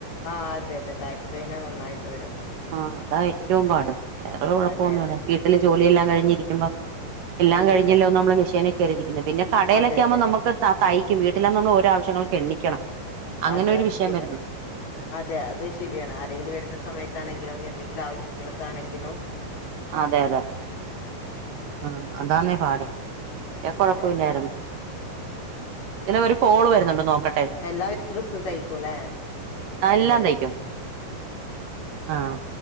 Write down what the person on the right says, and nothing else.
ആഹ് അതാ ഏറ്റോം പാട് വേറെ കൊയപ്പൊന്നു
ഇല്ല വീട്ടില് ജോലിയെല്ലാം കയിഞ്ഞിരിക്ക്മ്പോ എല്ലാം
കയിഞ്ഞല്ലോ
നമ്മള് മിശനി കെറി ഇരിക്ക്ന്നേ പിന്നെ കടേല്
ഒകേ ക് ആവ്മ്പോ
നമ്മക്ക് താ തെയ്ക്കും വീട്ടിലാന്നാ ഓരോ ആവശ്യങ്ങക്ക് എണ്ണിക്കണം അങ്ങനെ
ഒര്
വിഷയം
വെര്ന്നോണ്ട്
അതെ അതെ ആഹ് അതാന്നേ പാട് യെ കൊഴപ്പാല്ലാര്ന്ന്
ആഹ് ഒര് കോള് വെര്ന്നോണ്ട് നോക്ക
എല്ലാം തയ്ക്കും ആഹ്